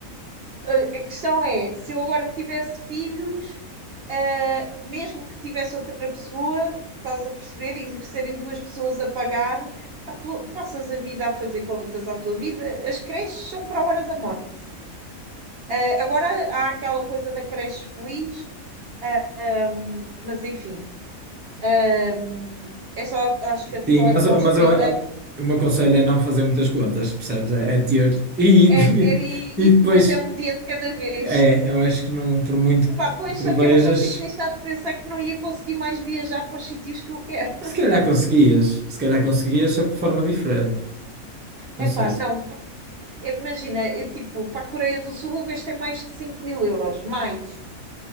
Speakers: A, on the right (about 55°); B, on the right (about 15°).
A: a a questão é, se eu agora tivesse filhos, ah, mesmo que tivesse outra pessoa, estás a perceber, e serem duas pessoas a pagar, pá, tu passas a vida a fazer contas à tua vida. As creches são para a hora da morte. Ah, agora há aquela coisa da creche feliz, ah, mas enfim, ah, é só, acho que é só
B: Sim,
A: até
B: mas, eu-
A: aos
B: mas
A: três
B: eu,
A: anos,
B: o meu conselho é não fazer muitas contas, percebes? É, é ter. E,
A: é ter e,
B: e,
A: e
B: e depois,
A: depois é um dia de cada vez.
B: é, eu acho que não, por muito
A: Epá, pois,
B: que prevejas,
A: só que eu não consigo deixar de pensar que não ia conseguir mais viajar para os sítios que eu quero.
B: se calhar conseguias, se calhar conseguias, só que de forma diferente. Não
A: Epá,
B: sei, se,
A: não, pa- imagina, eu, tipo, para a Coreia do Sul eu gastei mais de 5 mil euros, mais,